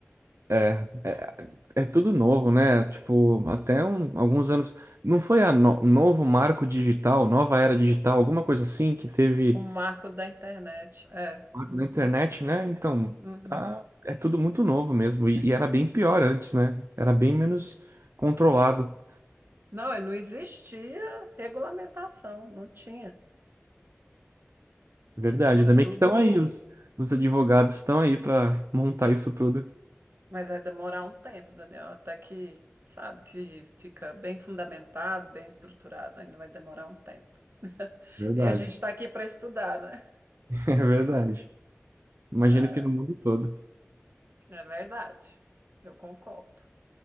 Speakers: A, on the right; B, on the right.
A: É, é, é tudo novo, né? Tipo, até um- alguns anos. Não foi a no- novo marco digital, nova era digital, alguma coisa assim que teve
B: O marco da internet. É. Uhum,
A: na internet, né? Então,
B: uhum.
A: tá, é tudo muito novo mesmo. E, e era bem pior antes, né? Era bem menos controlado.
B: Não, e não existia regulamentação, não tinha.
A: Verdade.
B: Era
A: Ainda bem
B: tudo.
A: que estão aí, os, os advogados estão aí para montar isso tudo.
B: Mas vai demorar um tempo, Daniel, até que, sabe, que fica bem fundamentado, bem estruturado, ainda vai demorar um tempo. <laughs>
A: <laughs> Verdade.
B: E a gente está aqui para estudar, né?
A: É verdade. Imagino
B: É.
A: que no mundo todo.
B: É verdade, eu concordo.